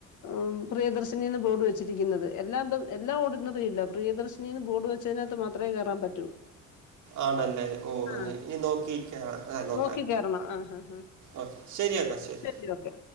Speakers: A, on the left; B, on the right.
A: ഉം പ്രിയദർശിനീന്ന് ബോർഡ് വെച്ചിരിക്കുന്നത് എല്ലാം എല്ലാ ഓർഡിനറിയില്ല പ്രിയദർശി നീന്ന് ബോഡു വെച്ചീനകത്ത് മാത്രേ ക കേറാൻ പറ്റൂ.
B: ആണല്ലേ ഓ അ
A: ആ
B: നീ നോക്കിയിരിക്ക ആന്നൊ
A: നോക്കി കേറണം ആഹ് ഹാ ഹാ.
B: അഹ് ശരി എന്നാ ശരി
A: ശരി ഓക്കെ.